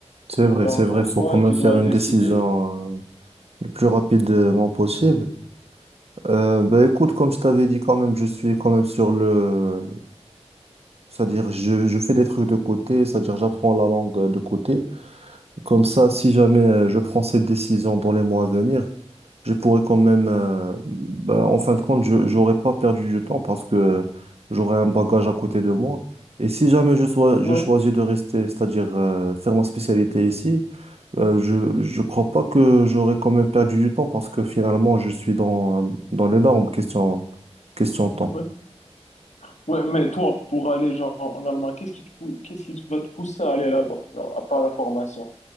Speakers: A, on the right; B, on the left.
A: C'est vrai,
B: Donc,
A: c'est vrai,
B: en
A: faut
B: soi,
A: quand même
B: tu
A: faire
B: dois
A: une
B: décider.
A: décision euh, le plus rapidement possible. Euh, bah écoute, comme je t'avais dit quand même, je suis quand même sur le... C'est-à-dire, je, je fais des trucs de côté, c'est-à-dire j'apprends la langue euh, de côté. Comme ça, si jamais euh, je prends cette décision dans les mois à venir, je pourrais quand même... euh, bah, en fin de compte, je j'aurais pas perdu du temps parce que j'aurais un bagage à côté de moi. Et si jamais je sois, je
B: Oui,
A: choisis de rester, c'est-à-dire euh, faire ma spécialité ici, euh, je je crois pas que j'aurais quand même perdu du temps parce que finalement je suis dans dans les normes question question temps.
B: oui. Ouais, mais toi, pour aller genre en Allemagne, qu'est-ce qui te pou- qu'est-ce qui te va te pousser à aller là-bas, genre, à part la formation?